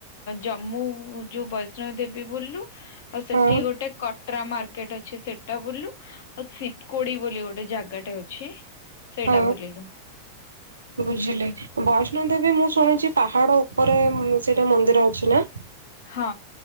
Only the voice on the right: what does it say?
ହଁ
ହଁ।
ବୁଝିଲେ ବୈଷ୍ଣୋଦେବୀ ମୁଁ ଶୁଣିଛି ପାହାଡ ଉପରେ ସେଇଟା ମନ୍ଦିର ଅଛି ନା?